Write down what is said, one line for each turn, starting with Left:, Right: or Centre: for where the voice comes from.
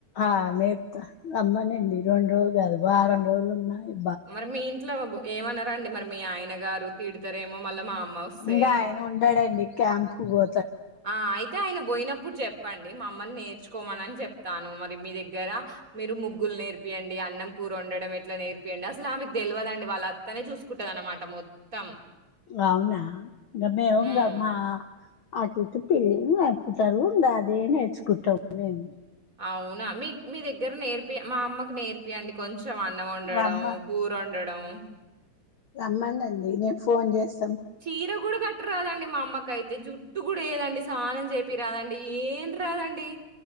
Left: ఆ నేర్ ప్తా రమ్మనండి రొండు రోజులు కాదు వారం రోజులు ఉన్నా ఎప్
Right: మరి మీ ఇంట్లో మబు ఏమన్నారండి మరి మీ ఆయన గారు తిడతారేమో మళ్ళా మా అమ్మ ఒస్తే?
Left: ఇంకా ఆయన ఉండాడండి క్యాంప్ కు పో
Right: ఆ అయితే ఆయన పోయినప్పుడు చెప్పండి మ అమ్మని నేర్చు కోమనని చెప్తాను మరి మీ దగ్గర మీరు ముగ్గులు నేర్పియండి అన్నం కూర ఉండడం ఎట్లా నేర్పింయండి అస్ అసలు ఆమెకు తెలివదండి వాళ్ళు అత్తనే చూసుకుంటది అన్నమాట మొత్తం
Left: అవునా ఇగ మే ఉంగమా
Right: హ్మ్.
Left: అటుఇటు పి నప్పుతారు అదే నేర్చుకుంటాము మేము
Right: అవునా మీ మీ దగ్గర నేర్పి మా అమ్మకి నేర్పియండి కొం కొంచం అన్నం అండడం
Left: రమ్మ
Right: కూర ఒం డడం డం
Left: రమ్మనండి నేను ఫోన్ చేస్
Right: చీర కూడా కట్టరాదండి మా అమ్మయితే జుట్టు కూడా ఏయదండి స్నానం జెపి రాదండి ఏం రాదండి